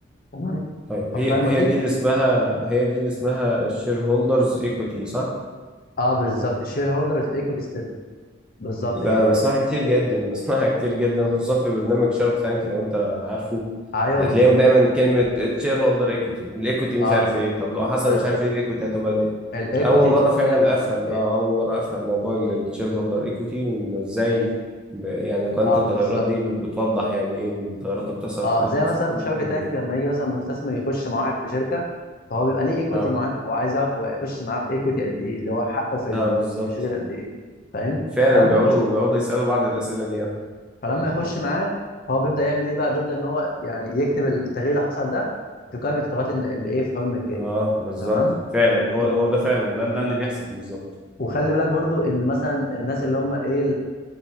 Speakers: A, on the left; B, in the centre.
A: تمام
B: طيب
A: فالقائمه
B: هي هي
A: دي
B: دي اللي اسمها هي دي اللي اسمها الشير هولدرز ايكوتي صح؟
A: اه بالظبط الشير هولدرز ايكوتي ستيت بالظبط
B: ده
A: كده
B: انا بسمعها كتير جدا <laughs> بسمعها كتير جدا خصوصا في برنامج شارك تانك لو انت عارفه
A: ايوه
B: هتلاقيهم
A: بالظبط
B: دايما كلمة الشير هولدر ايكوتي الايكوتي مش
A: اه
B: عارف ايه طب لو حصل
A: بالظبط
B: مش عارف ايه الايكوتي هتبقى دي
A: الايكوتي
B: اول مرة
A: بالظبط
B: فعلا
A: اللي هي حقوق
B: افهم
A: الملكيه
B: اه اول مرة افهم موضوع الشير هولدر ايكوتي وانه ازاي ب- يعني قائمة
A: اه
B: التغيرات
A: بالظبط
B: دي بت- بتوضح يعني ايه التغيرات اللي بتحصل
A: اه
B: في ال-
A: زي مثلا
B: في الفاهمين
A: في شركه تانك لما يجي مثلا مستثمر يخش مع واحد في شركه فهو بيبقى ليه ايكوتي
B: اه
A: معينه هو عايز يعرف هو هيخش معاه بايكوتي قد ايه اللي هو حقه في ال-
B: اه بالظبط
A: في الشركه قد ايه فاهم
B: فعلا
A: فلما
B: بيقعدوا
A: يخش
B: بيقعدوا يسألوا بعض الأسئلة دي آه.
A: فلما يخش معاه هو بيبدا يعمل ايه بقى بيبدا ان هو يعني يكتب التغيير اللي حصل ده في قائمه التغيرات ال- اللي ايه في حوار الملكيه
B: اه بالظبط
A: تمام
B: فعلا هو
A: و-
B: هو ده فعلا ده ده اللي بيحصل بالظبط
A: وخلي بالك برضو ان مثلا الناس اللي هم ايه